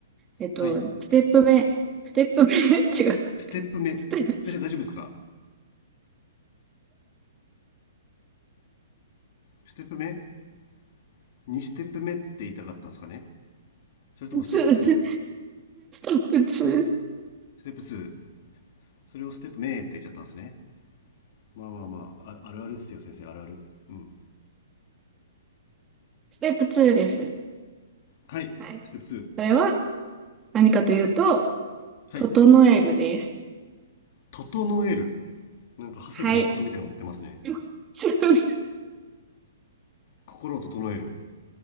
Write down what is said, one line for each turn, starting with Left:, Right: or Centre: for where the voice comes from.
Right: えっと、
Left: はい、
Right: ステップ目、ステップ目 <laughs>、違う。
Left: ステップ目。
Right: ステップ
Left: 先生大丈夫ですかステップ目 ?2 ステップ目って言いたかったんですかねそれともステップ
Right: 2、
Left: 2?
Right: ステップ2、ス
Left: ステップ2。それをステップ目って言っちゃったんですね。まあまあまあ、ああるあるですよ先生、あるある。うん。
Right: テップ2です。
Left: はい、
Right: はい。
Left: ステップ2。
Right: それは何かというと、
Left: はい、
Right: 整えるです。
Left: 整える。なんか、長谷部誠みたいなこと言ってますね。
Right: はい。<laughs>
Left: 心を整える。